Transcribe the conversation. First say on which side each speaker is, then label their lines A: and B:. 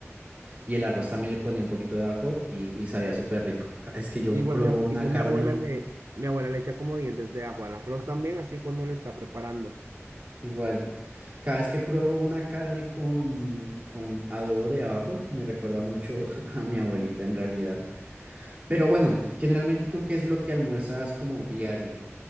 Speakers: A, on the right (about 30°); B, on the right (about 70°).
A: y el arroz también le ponía un poquito de ajo y, y sabía súper rico. Cada vez que
B: Sí,
A: yo
B: igual
A: probo
B: mi, a-
A: una
B: igual
A: carne.
B: mi abuela le, mi abuela le echa como dientes de ajo al arroz también, así cuando lo está preparando.
A: Igual. Cada vez que pruebo una carne con, con adobo de abajo me recuerda mucho <laughs> a mi abuelita en realidad. Pero bueno, generalmente tú, ¿qué es lo que almuerzas como diario?